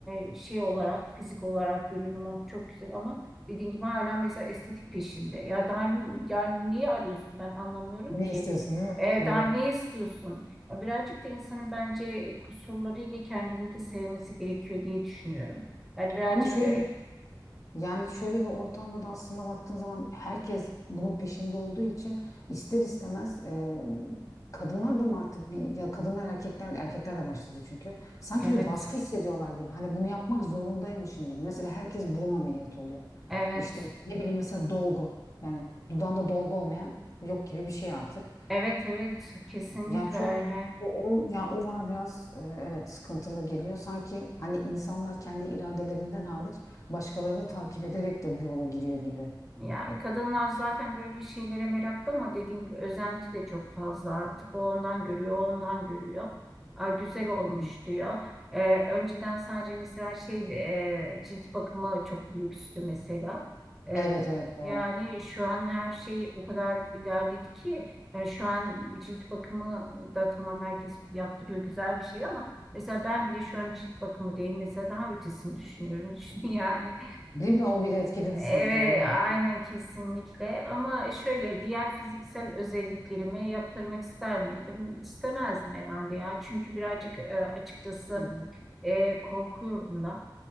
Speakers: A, in the centre; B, on the left.
A: e, şey olarak fizik olarak görünüm çok güzel ama Dediğin gibi hala mesela estetik peşinde. Ya daha n- yani niye arıyorsun ben anlamıyorum
B: Ne
A: ki.
B: istiyorsun değil mi?
A: E,
B: Doğru.
A: daha ne istiyorsun? Ya birazcık da insanın bence e, kusurlarıyla kendini de sevmesi gerekiyor diye düşünüyorum. Yani birazcık
B: Ama şöyle
A: e,
B: Yani şöyle bir ortamda da aslında baktığın zaman herkes bunun peşinde olduğu için ister istemez e, kadınlar da mı artık bir ya kadınlar erkekler erkekler de başladı çünkü sanki
A: evet,
B: bir baskı hissediyorlar gibi hani bunu yapmak zorundaymışım gibi mesela herkes burun ameliyatı oluyor
A: evet,
B: işte ne bileyim mesela dolgu yani dudağında dolgu olmayan yok gibi bir şey artık
A: evet, evet, kesinlikle
B: ya çok
A: öyle.
B: o, o- ya o bana biraz e, evet sıkıntılı geliyor. Sanki hani insanlar kendi iradelerinden hariç başkalarını takip ederek de bu yola giriyor gibi.
A: Ya
B: E,
A: kadınlar zaten böyle şeylere meraklı ama dediğim gibi özenti de çok fazla artık. O ondan görüyor, o ondan görüyor. Aa, güzel olmuş
B: Hı hı.
A: diyor. Ee, önceden sadece mesela şeydi, e, cilt bakımı çok lükstü mesela. Ee,
B: Evet evet doğru.
A: yani şu an her şey o kadar ilerledi ki yani şu an cilt bakımı da tamam herkes yaptırıyor güzel bir şey ama mesela ben bile şu an cilt bakımı değil mesela daha ötesini düşünüyorum. <laughs> Düşün yani.
B: Değil mi? O bile etkiledi
A: Evet,
B: seni. Doğru diyorsun.
A: aynen kesinlikle. Ama şöyle diğer fiziksel özelliklerimi yaptırmak ister miydim? İstemezdim herhalde ya. Çünkü birazcık e, açıkçası
B: Hı hı.
A: e, korkuyorum da.